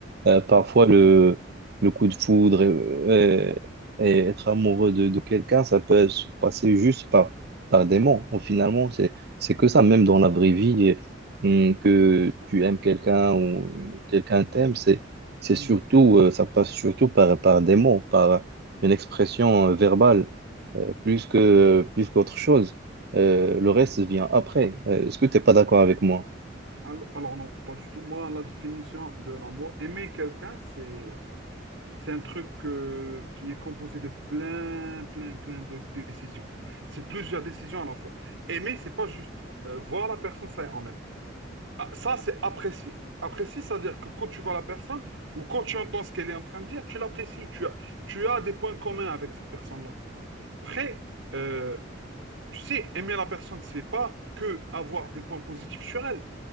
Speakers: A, on the right (about 55°); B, on the right (about 85°).
A: euh, parfois
B: Hmm.
A: le, le coup de foudre et, et- et être amoureux de, de quelqu'un, ça peut se passer juste par, par des mots. Bon, finalement, c'est, c'est que ça, même dans la vraie vie, et, hum, que
B: Non.
A: tu aimes quelqu'un ou quelqu'un t'aime, c'est, c'est
B: Hmm.
A: surtout, euh, ça passe surtout par, par des mots, par une expression euh, verbale, euh, plus que, plus qu'autre chose. Euh, le reste vient après. Euh, est-ce que tu n'es pas d'accord avec moi?
B: Alors, alors non, pas du tout. Moi, la définition de l'amour, aimer quelqu'un, c'est c'est un truc euh, qui est composé de plein, plein, plein de décisions. C'est plusieurs décisions à la fois. Aimer, c'est pas juste euh, voir la personne, ça, on l'aime. Ah, Ça, c'est apprécier. Apprécier, c'est-à-dire que quand tu vois la personne ou quand tu entends ce qu'elle est en train de dire, tu l'apprécies. Tu as, tu as des points communs avec cette personne-là. Après, euh, tu sais, aimer la personne, c'est pas que avoir des points positifs sur elle.